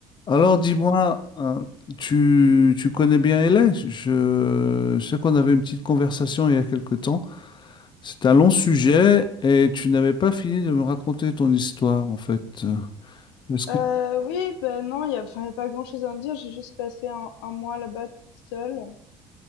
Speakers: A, on the left; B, on the left.
A: Alors dis-moi, hein, tu, tu connais bien LA? Je, je sais qu'on avait une petite conversation il y a quelque temps. C'est un long sujet et tu n'avais pas fini de me raconter ton histoire en fait. Euh, Est-ce que
B: Heu, oui, ben non, il y a enfin, il y a pas grand-chose à en dire. J'ai juste passé un un mois là-bas toute seule